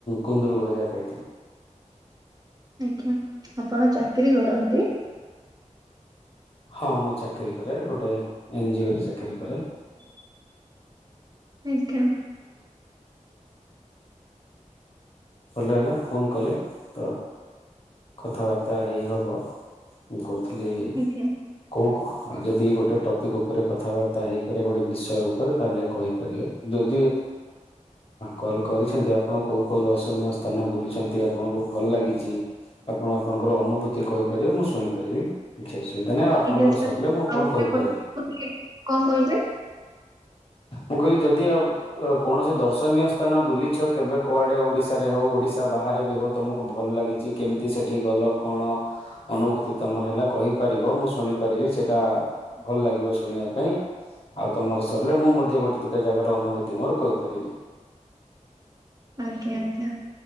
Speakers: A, on the left; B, on the right.
A: କୁନ୍ଦରୁୁ ଭଜା ଖାଇ
B: ଆଜ୍ଞା, ଆପଣ ଚାକିରୀ କରନ୍ତି?
A: ହଁ ମୁଁ ଚାକିରୀ କରେ, ଗୋଟେ ଏନଜିଓ ରେ ଚାକିରି କରେ।
B: <inaudible> ଆଜ୍ଞା।
A: ଭଲ ହେଲା, ଫୋନ୍ କଲେ ତ କଥାବାର୍ତ୍ତା ହେଇ ହବ, ମୁଁ କହୁଥିଲି
B: ଆଜ୍ଞା
A: କହୁଉ କ ଆଉ ଯଦି ଗୋଟେ ଟପିକ୍ ଉପରେ କଥାବାର୍ତ୍ତା ହେଇପାରେ, ଗୋଟେ ବିଷୟ ଉପରେ ତାହେଲେ କହିପାରିବେ ଯଦି କଲ କରିଛନ୍ତି ଆପଣ କୋଉ କ ଦ ସ୍ଥାନ ବୁଲଛନ୍ତି ଆପଣଙ୍କୁ ଭଲ ଲାଗିଛି। ଆପଣ ଆପଣଙ୍କର ଅନୁଭୂତି କହିପାରିବେ ମୁଁ ଶୁଣିପାରିବି କିଛି ଅସୁ ସୁବିଧା ନାହିଁ ଆଉ ଆପଣଙ୍କର
B: ଆଜ୍ଞା ସାର୍
A: ସରିଲେ ମୁଁ ଆପଣଙ୍କୁ
B: ଆଉଥରେ
A: କହିପାରିବି।
B: କହିଲେ କଣ କହିଲେ
A: ମୁଁ କହିଲି ଯଦି ଆ କୌଣସି ଦର୍ଶନୀୟ ସ୍ଥାନ ବୁଲିଛ କେବେ କୁଆଡେ ଓଡିଶା। ଶାରେ ହଉ, ଓଡିଶା ବାହାରେ ବି ହଉ, ତମକୁ ଭଲ ଲାଗିଛି, କେମିତି ସେଠି ଗଲ, କଣ ଅନୁଭୂତି ତମ ମର ହେଲା କହିପାରିବ, ମୁଁ ଶୁଣି ପାରିବି, ସେଇଟା ଭଲ ଲାଗିବ ଶୁଣିବା ପାଇଁ। ଆଉ ତମର ସରିଲେ ମୁଁ ମଧ୍ୟ ଗୋଟେ ଦିଟା ଜାଗାର ଅନୁଭୂତି ମୋର କହିପାରିବି।
B: ଆଜ୍ଞା ଆଜ୍ଞା।